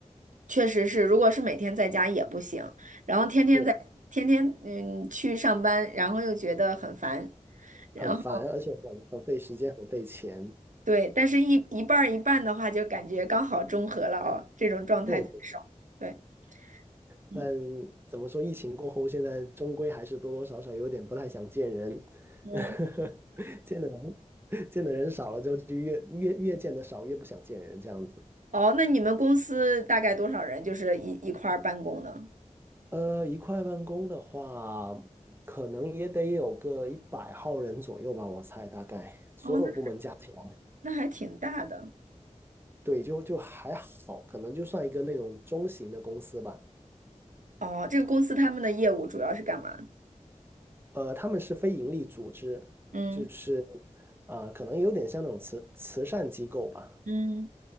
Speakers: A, on the right; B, on the right.
A: 确实是，如果是每天在家也不行，然后天天在天天嗯去上班，
B: 是
A: 然后又觉得很烦。然后。
B: 很烦，而且很很费时间，很费钱。
A: 对，但是一一半儿一半的话，就感觉刚好中和了哦，这种状态最爽。
B: 对。
A: 对，嗯
B: 但怎么说，疫情过后，现在终归还是多多少少有点不太想见人，
A: 嗯，
B: <laughs> 见的人见的人少了就就越越越见得少，越不想见人这样子。
A: 哦，那你们公司大概多少人，就是一一块儿办公呢？
B: 呃，一块办公的话，可能也得有个一百号人左右吧，我猜大概所有部门加起来，
A: 哦，那那还挺大的。
B: 对，就就还好，可能就算一个那种中型的公司吧。
A: 哦，这个公司他们的业务主要是干嘛？
B: 呃，他们是非盈利组织，
A: 嗯
B: 就是呃，可能有点像那种慈慈善机构吧。
A: 嗯，